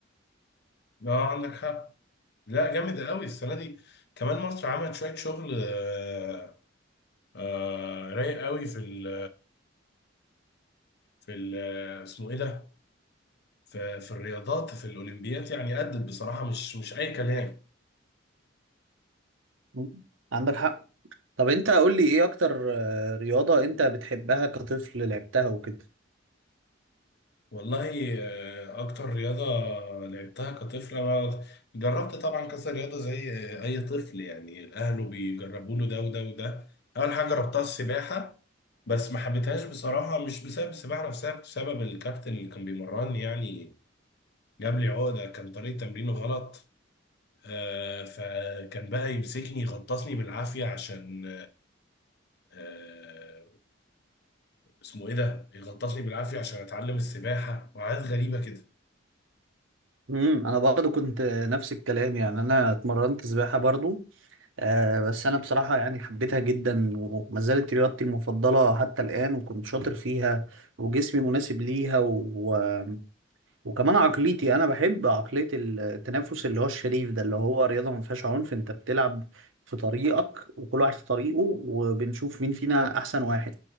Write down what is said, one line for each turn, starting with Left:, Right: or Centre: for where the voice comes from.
Left: اه عندك حق لا جامد قوي السنه دي كمان مصر عملت شويه شغل آه، آه، رايق قوي في ال في ال اسمه ايه ده؟ في في الرياضات في الاولمبيات يعني أدت بصراحه مش مش اي كلام
Right: مم. عندك حق طب انت قول لي ايه اكتر آه، رياضة انت بتحبها كطفل لعبتها وكده
Left: والله آه، أكتر رياضة لعبتها كطفل أنا جربت طبعا كذا رياضة زي آه، أي طفل يعني أهله بيجربوا له ده وده وده أول حاجة جربتها السباحة بس ما حبيتهاش بصراحة مش بسبب السباحة نفسها بسبب الكابتن اللي كان بيمرني يعني جاب لي عقدة كان طريقة تمرينه غلط آه، فكان بقى يمسكني يغطسني بالعافية عشان آه، اسمه إيه ده يغطسني بالعافية عشان أتعلم السباحة وحاجات غريبة كده
Right: امم انا برضو كنت نفس الكلام يعني انا اتمرنت سباحة برضو آه بس أنا بصراحة يعني حبيتها جدا وما زالت رياضتي المفضلة حتى الآن وكنت شاطر فيها وجسمي مناسب ليها و... وكمان عقليتي أنا بحب عقلية التنافس اللي هو الشريف ده اللي هو رياضة ما فيهاش عنف أنت بتلعب في طريقك وكل واحد في طريقه وبنشوف مين فينا أحسن واحد